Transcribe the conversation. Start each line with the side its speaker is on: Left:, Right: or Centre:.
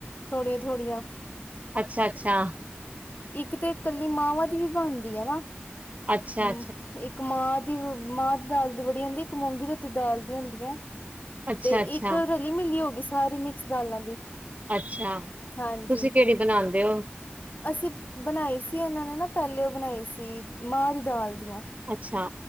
Left: ਥੋੜੀਆਂ ਥੋੜੀਆਂ
Right: ਅੱਛਾ ਅੱਛਾ।
Left: ਇੱਕ ਤੇ ਇਕੱਲੀ ਮਾਵਾਂ ਦੀ ਵੀ ਬਣਦੀ ਹੈ ਨਾ
Right: ਅੱਛਾ
Left: ਹਮ
Right: ਅੱਛਾ
Left: ਇੱਕ ਮਾਂ ਦੀ ਮਾਂ ਦੀ ਦਾਲ ਦੀ ਬੜੀ ਹੁੰਦੀ ਇੱਕ ਮੂੰਗੀ ਧੋਤੀ ਦਾਲ ਦੀ ਹੁੰਦੀ ਹੈ।
Right: ਅੱਛਾ
Left: ਤੇ
Right: ਅੱਛਾ
Left: ਇੱਕ ਰਲੀ ਮਿਲੀ ਹੋ ਗਈ ਸਾਰੀ ਮਿਕਸ ਦਾਲਾਂ ਦੀ
Right: ਅੱਛਾ
Left: ਹਾਂਜੀ
Right: ਤੁਸੀਂ ਕਿਹੜੀ ਬਣਾਉਦੇ ਉਹ।
Left: ਅਸੀਂ ਬਣਾਈ ਸੀ ਇਹਨਾਂ ਨੇ ਨਾ ਪਹਿਲੇ ਉਹ ਬਣਾਈ ਸੀ ਮਾਂ ਦੀ ਦਾਲ ਦੀਆਂ
Right: ਅੱਛਾ